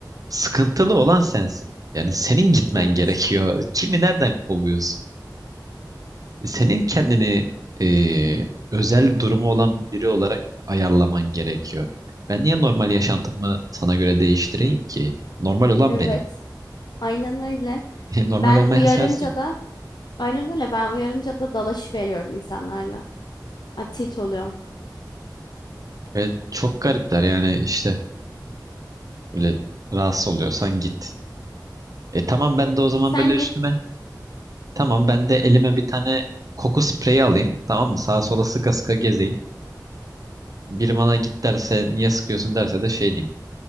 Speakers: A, on the right; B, on the left.
A: sıkıntılı olan sensin. Yani senin gitmen
B: Evet.
A: gerekiyor. Kimi nereden kovuyorsun? Senin kendini e, özel durumu olan biri olarak ayarlaman gerekiyor. Ben niye normal yaşantımı sana göre değiştireyim ki? Normal olan
B: Evet.
A: benim.
B: Aynen öyle.
A: <laughs> Normal
B: Ben
A: olmayan
B: uyarınca
A: sensin.
B: da aynen öyle. Ben uyarınca da dalaş veriyorum insanlarla. Ay, tilt oluyorum.
A: Ve çok garipler yani işte böyle rahatsız oluyorsan git. E tamam ben de o zaman
B: Sen
A: böyle üstüme.
B: git.
A: Tamam ben de elime bir tane koku spreyi alayım. Tamam mı? Sağa sola sıka sıka gezeyim. Biri bana git derse niye sıkıyorsun derse de şey diyeyim.